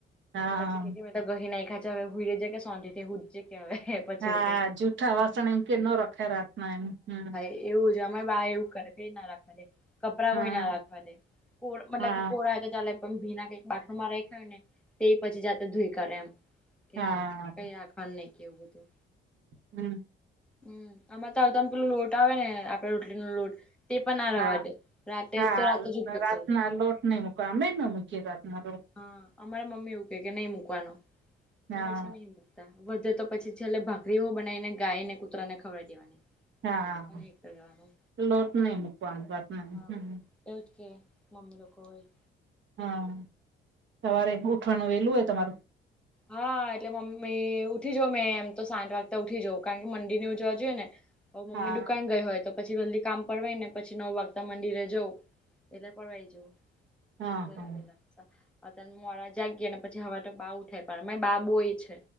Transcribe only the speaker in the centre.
પછી જે મેં તો ગહી નાખખા છે હવે હુઈ રજે કે સોંધી હુટજે કે હવે. પછી
એવું કે
એવું છે. અમાર બા એવું કરે. કઈ ના રાખવા દે. કપડા
હોય ના રાખવા દે. કોડ મતલબ
કે કોરા હોય તો ચાલે. પણ ભીના કે બાથરૂમ માં રાયખા હોય ને તો એ પછી જાતે ધોઈ કરે એમ કે
ના કઈખ. હ ન કેવ બધું.
હમ આમાં તો આવું તો આમ પેલું લોટ આવે ને આપડે રોટલી નો લોટ. તે પણ ના રવા
દે રાતે
તો જ આ બધો ઉપયોગ
કરવો.
હા અમારા મમ્મી એવું કે કે નહી મૂકવાનું.
એટલે પછી નહી. વધે તો પછી છેલ્લે ભાખરી બનાવીને ગાય ને કુતરા ને ખવવાડી દેવાની.
અને એ કરવાનું
હા
એવું જ કે મમ્મી લોકો હોય.
હા એટલે મમ્મી ઉઠી જ મેં એમ તો સાત વાગતા ઉઠી જવ. કારણ કે મંડી ને ઉજવા જોઈએ ને. હ મમ્મી
દુકાન ગઈ હોય તો. પછી બાકી કામ પવાય ને પછી નવ વાગતા મંદિરે જવ એટલે પડવાય જવ.
અત્યારે
મોડા જાગ ગયાને પછી હવે તો બા ઉઠાડે. પણ અમે બાબુ એ છે.